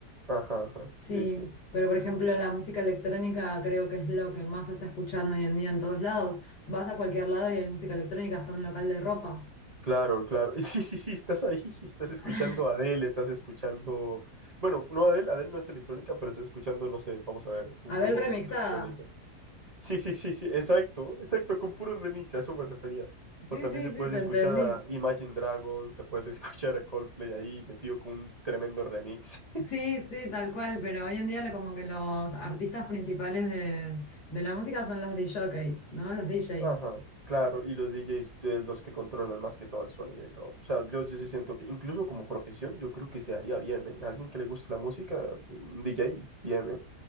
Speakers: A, on the right; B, on the left.
A: ajá, ajá,
B: sí.
A: sí, sí,
B: Pero por ejemplo, la música electrónica creo que es lo que más se está escuchando hoy en día en todos lados. Vas a cualquier lado y hay música electrónica, hasta un local de ropa.
A: claro, claro, <laughs> sí, sí, sí, estás ahí, <laughs> estás escuchando
B: <laughs>
A: a Adele, estás escuchando, bueno, no Adele, Adele no es electrónica, pero estás escuchando, no sé, vamos a ver, un
B: Abel
A: grupo
B: remixada.
A: conocido de electrónica. Sí, sí, sí, sí, exacto, exacto, con puro remincha, a eso me refería. O
B: Sí,
A: también
B: sí,
A: se puedes
B: sí, te
A: escuchar
B: entendí.
A: a Imagine Dragons, te puedes <laughs> escuchar a Coldplay ahí metido con un tremendo remix.
B: Sí, sí, tal cual, pero hoy en día lo- como que los artistas principales de, de la música son los DJs, ¿no? Los DJs.
A: Ajá, claro, y los DJs, eh, los que controlan más que todo el sonido y todo. O sea, yo, yo sí siento que incluso como profesión, yo creo que se haría bien, ¿eh? Alguien que le guste la música, pues, un DJ, bien, ¿eh?